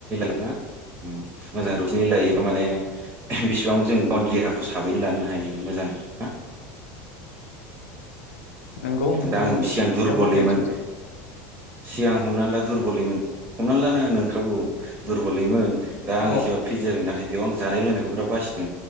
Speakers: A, on the right (about 25°); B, on the left (about 70°).
A: ना उम मोजां रुथिनै लायोबा माने बेसेबां जों बाउड्रि देहाखौ साबैनो लानो हायो मोजां ना
B: नोंगौ नोंथां
A: दा आं
B: नोंगौ
A: सिगां दुरबलैमोन
B: नों बुंनायानो सैथो
A: सिगां हमनानै ला दुरबलैमोन हमनानै लानो नोंखागौ दुरबलैमोन दा आं
B: औ
A: एसेबा फिट जादों नाथाय बेयाव आं जानाय लोंनायखौ बिराद बासिदों